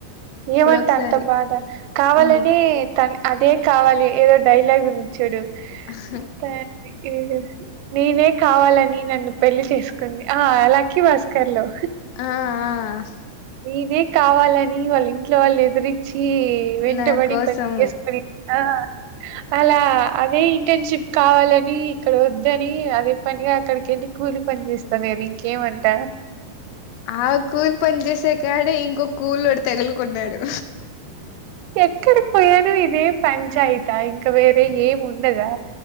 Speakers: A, on the right (about 85°); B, on the left (about 80°).
A: ఏమంట
B: ఒకసారి
A: అంత బాధ కావాలనే
B: నీ
A: తన్ అదే కావాలి ఏదో డైలాగ్ ఉంది చూడు
B: ఆహ్హ్
A: కార్తే ఏదో నేనే కావాలని నన్ను పెళ్లి చేసుకుంది ఆ లక్కీ భాస్కర్లో
B: ఆహ్హ్
A: నేనే కావాలని వాళ్ళ ఇంట్లో వాళ్ళని ఎదురిచ్చి వెంటబడి
B: నా కోసం
A: పెళ్ళి చేసుకో ఆ అలా అదే ఇంటర్న్షిప్ కావాలని ఇక్కడ వద్దని అదే పనిగా అక్కడికి ఎళ్ళి కూలి పన్ చేేస్తాది గదా ఇంకేమంట
B: ఆ కూలి పని చేసే కాడే ఇంకొ కూలోడు తగులుకున్నాడు
A: ఎక్కడికి పోయాను ఇదే పంచాయతా ఇంకా వేరే ఏం ఉండదా